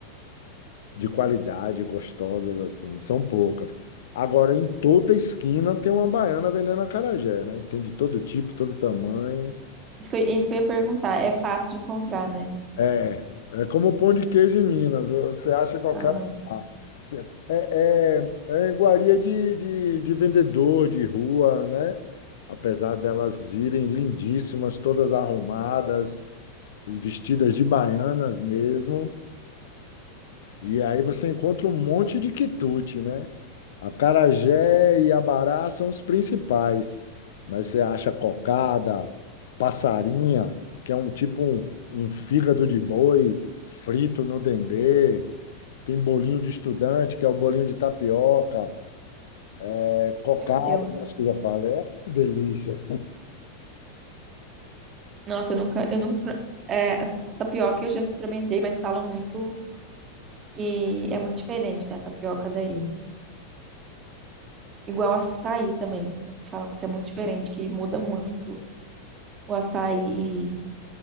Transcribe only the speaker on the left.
de qualidade, gostosas assim, são poucas. Agora, em toda esquina tem uma baiana vendendo acarajé, né? Tem de todo tipo, todo tamanho.
É, é como o pão de queijo em Minas, você acha em qualquer
lugar. Você- É, é, é iguaria de, de, de vendedor de rua, né? Apesar delas irem lindíssimas, todas arrumadas, vestidas de baianas mesmo. E aí você encontra um monte de quitute, né? Acarajé e abará são os principais, mas você acha cocada, passarinha, que é um tipo um, um fígado de boi frito no dendê, tem bolinho de estudante, que é o bolinho de tapioca, é cocada,
acho que eu já falei, é uma delícia.